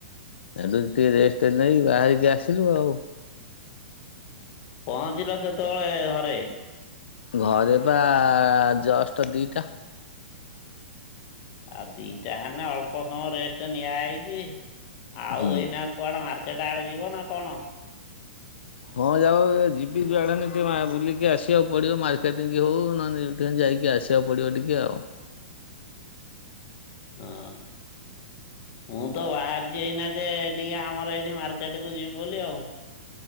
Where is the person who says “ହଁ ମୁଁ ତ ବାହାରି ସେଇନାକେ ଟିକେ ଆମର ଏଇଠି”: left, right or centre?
Left